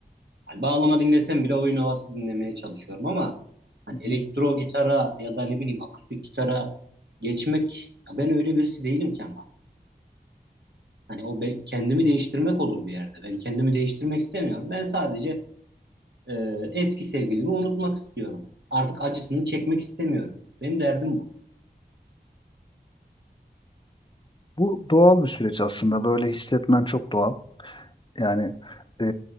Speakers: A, on the right (about 80°); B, on the left (about 30°).
A: hani bağlama dinlesem bile oyun havası dinlemeye çalışıyorum ama hani
B: Hı hı.
A: elektro gitara ya da ne bileyim akustik gitara geçmek ya ben öyle birisi değilim ki ama. Hani o be- kendimi değiştirmek olur bir yerde. Ben kendimi değiştirmek istemiyorum. Ben sadece e, eski sevgilimi unutmak istiyorum. Artık acısını çekmek istemiyorum. Benim derdim bu.
B: Bu doğal bir süreç aslında. Böyle hissetmen çok doğal. Yani e,